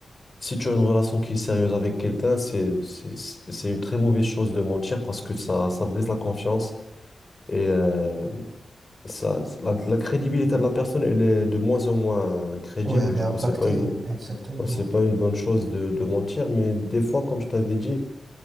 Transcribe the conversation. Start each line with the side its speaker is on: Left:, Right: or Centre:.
Left: Si tu as une relation qui est sérieuse avec quelqu'un, c'est, c'est, c'est une très mauvaise chose de mentir parce que ça, ça brise la confiance. Et euh, ça, la, la crédibilité de la personne, elle est de moins en moins crédible.
Right: Ouais, elle
Left: Du
Right: est impactée.
Left: coup, c'est pas une,
Right: Exactement.
Left: ouais, c'est pas une bonne chose de, de mentir, mais des fois, comme je t'avais dit,